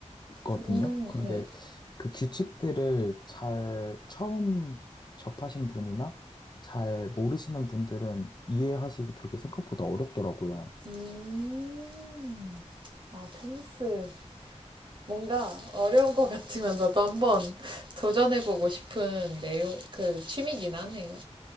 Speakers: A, on the left (about 35°); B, on the right (about 40°).
A: 거든요.
B: 음,
A: 그런데
B: 네.
A: 그 규칙들을 잘 처음 접하신 분이나 잘 모르시는 분들은 이해하시기 되게 생각보다 어렵더라고요.
B: 음, 아, 테니스. 뭔가 어려운 것 같으면서도 한번 <laughs> 도전해보고 싶은 내용, 그 취미긴 하네요.